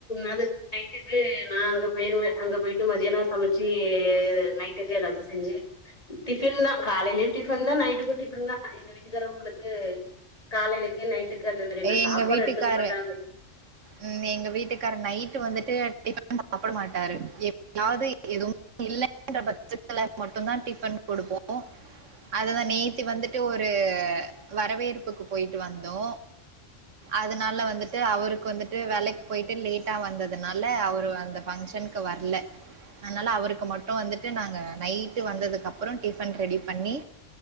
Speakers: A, on the left; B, on the right.
A: அது நைட்டுக்கு நா அங்க போயிருவே அங்க போயிட்டு மதியானோ சமைச்சி நைட்டுக்கு எதாச்சு செஞ்சு டிபன் தா காலேலயு டிபன் தா நைட்டுக்கு டிபன் தா எங்க வீட்டுக்காரவங்களுக்கு காலைலேக்கு நைட்டுக் காது அந்த மாரி எல்லா சாப்பாடு
B: எங்க வீட்டுக்காரு
A: எடுத்துக்க மாட்டாங்க
B: ம் எங்க வீட்டுக்காரர் நைட்டு வந்துட்டு டிபன் சாப்ட மாட்டாரு எதாவது எதுவு இல்லன்ற பட்சத்துல மட்டுதா டிபன் கொடுப்போ அததா நேத்தி வந்துட்டு ஒரு வரவேற்புக்கு போயிட்டு வந்தோ அதனால வந்துட்டு அவருக்கு வந்துட்டு வேலக்கி போயிட்டு லேட்டா வந்ததுனால அவரு அந்த ஃபங்க்ஷனுக்கு வரல அதனால அவருக்கு மட்டு வந்துட்டு நாங்க நைட்டு வந்ததுக்கு அப்றோ டிஃபன் ரெடி பண்ணி